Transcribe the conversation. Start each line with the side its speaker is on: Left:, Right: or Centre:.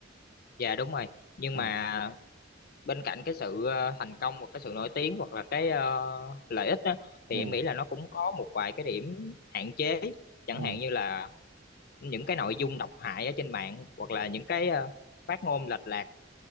Left: Dạ đúng rồi. Nhưng
Right: ừ
Left: mà bên cạnh cái sự ờ, thành công hoặc cái sự nổi tiếng hoặc là cái ờ, lợi ích đó, thì
Right: ừ
Left: em nghĩ là nó cũng có một vài cái điểm hạn chế chẳng
Right: ừ
Left: hạn như là những cái nội dung độc hại ở trên mạng hoặc là những cái ờ, phát ngôn lệch lạc